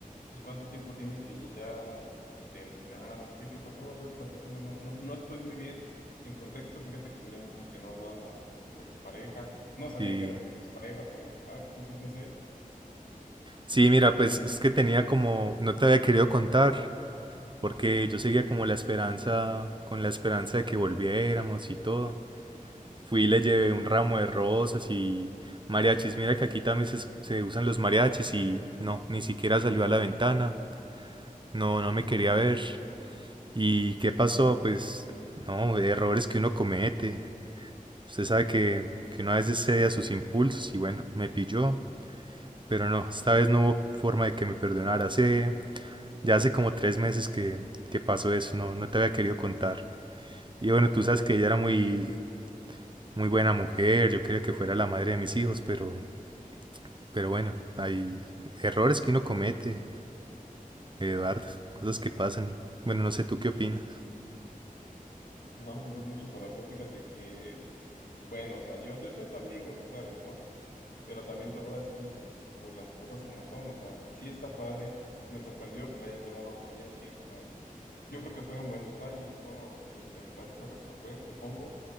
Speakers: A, on the left (about 75°); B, on the right (about 35°).
A: pues cuánto tiempo tiene que ya terminaron, ¿qué, qué pasó? A ver, platícame, no, no, no estoy muy bien en contexto, fíjate que tenía mucho que no hablábamos de tu expareja, no sabía
B: Sí,
A: que era tu expareja para empezar, entonces no sé.
B: sí, mira, pues es que tenía como, no te había querido contar porque yo seguía como la esperanza, con la esperanza de que volviéramos y todo. Fui
A: Ujú,
B: y le llevé un ramo de rosas y mariachis. Mira que aquí también se, se usan los mariachis y no, ni siquiera salió a la ventana. No, no
A: ujú.
B: me quería ver. ¿Y qué pasó? Pues no, errores que uno comete. Usted sabe que, que uno a veces cede a sus impulsos y bueno, me pilló. Pero no, esta vez no hubo forma de que me perdonara. Hace, ya hace como tres meses que, que pasó eso, no, no te había querido contar. Y bueno, tú sabes que ella era muy, muy buena mujer, yo quería que fuera la madre de mis hijos, pero, pero bueno, hay errores que uno comete, Eduardo, cosas que pasan. Bueno, no sé tú qué opinas.
A: No, pues es mucha información. Fíjate que Bueno, o sea, yo, yo soy tu amigo, tú sabes, ¿no? Pero también te voy a decir, pues las cosas como son, o sea, sí está padre, me sorprendió que la hayas llevado mariachi, o sea, yo creo que fue un buen detalle, ¿no? Lo intentaste resolver, supongo,